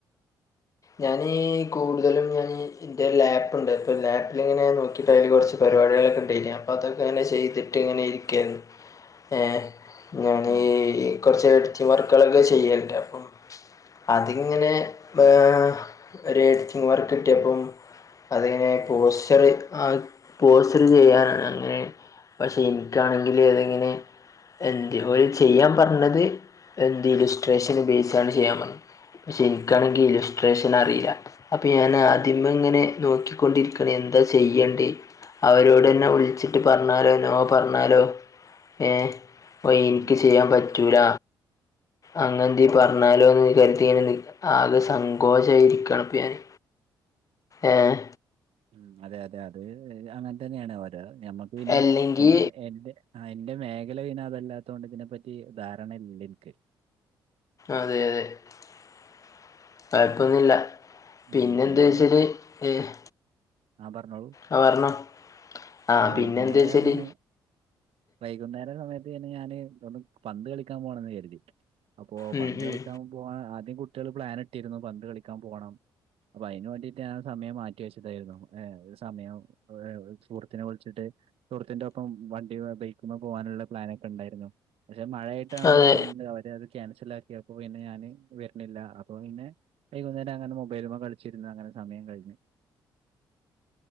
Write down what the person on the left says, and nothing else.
ഞന് കൂടുതലും ഞാന്. ഇൻ്റെരു ലാപ്പുണ്ട് ഇപ്പ ലാപ്പില്ങ്ങനെ നോക്കിയിട്ട് അതിൽ കുറച്ച് പരിപാടികൊള ക്കെ ഉണ്ടായിന്നു അപ്പോ അതൊക്കെങ്ങനെ ചെയ്തിട്ട് ഇങ്ങനെരിക്ക. ക്കെ എ ഞാനീ
ഈ. കുറച്ച് എഡിറ്റിംഗ് വർക്കുകളൊക്കെ ചെയ്യൽ ണ്ട് അപ്പം അതിങ്ങനെ ഏ. ഒരു എഡിറ്റിംങ് വർക്ക് കിട്ടിയപ്പം. അതിങ്ങനെ പോസ്റ്ററ് ആ പോസ്റ്റർ ചെയ്യാന അങ്ങനെ. പക്ഷെ എനിക്കാണെങ്കില് അതിങ്ങനെ എന്ത് ഓല് ചെയ്യാൻ പറഞ്ഞത് എന്ത് ഇലിസ്ട്രേഷൻ ബേസ് ആണ് ചെയ്യാൻ പറഞ്ഞത്. പക്ഷെ എനിക്കാണെങ്കിൽ ട്രേഷനറിയില്ല അപ്പൊ ഞാൻ ആതിമങ്ങനെ നോക്കിക്കൊണ്ടിരിക്കണ എന്താ ചെയ്യണ്ടേ. അവരോട്ന്നെ വിളിച്ചിട്ട് പറഞ്ഞാലോ നോ പറഞ്ഞാലോ ഏഹ് അപ്പൊ
എനിക്ക് ചെയ്യാൻ പറ്റൂല. അങ്ങൻന്തേ പറഞ്ഞാലോ എന്ന് കരുതിന്ല് ആകെ സങ്ക് ഗോശായിരികാണിപ്പ ഞാന് ഏഹ്
അല്ലെങ്കി
അതെ അതെ കൊഴപ്പൊന്നുല്ല. പിന്നെന്ത്‌
വിശേഷ് ഏഹ്
ആഹ് പർഞ്ഞോ ആഹ്
പിന്നെന്ത്‌ ശെരി
ഉം
ഉം
അതെ